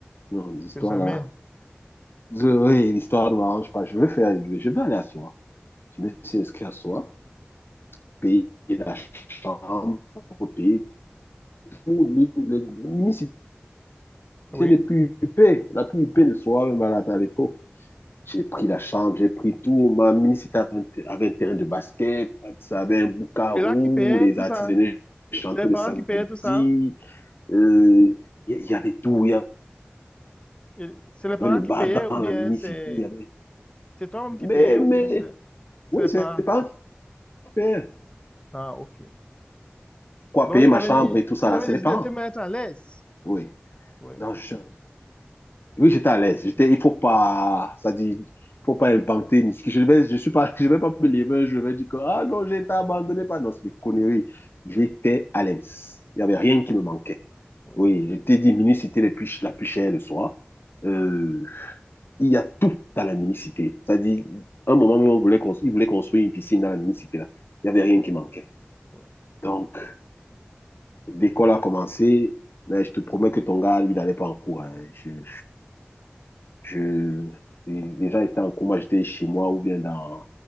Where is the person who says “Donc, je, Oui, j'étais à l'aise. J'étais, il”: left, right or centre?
Left